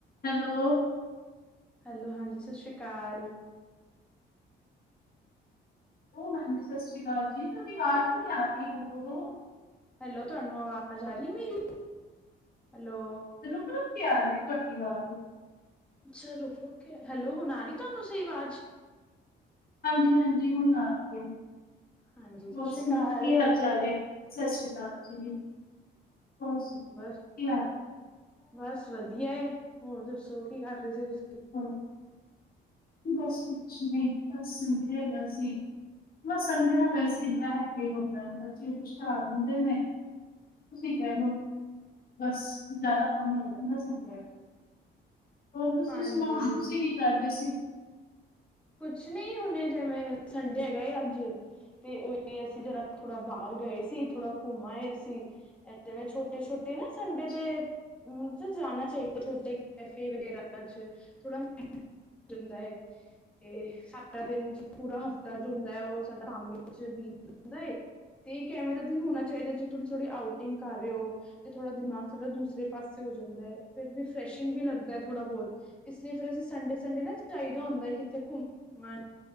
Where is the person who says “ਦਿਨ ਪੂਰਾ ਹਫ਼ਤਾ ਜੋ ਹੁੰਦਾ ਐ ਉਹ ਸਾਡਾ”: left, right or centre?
Centre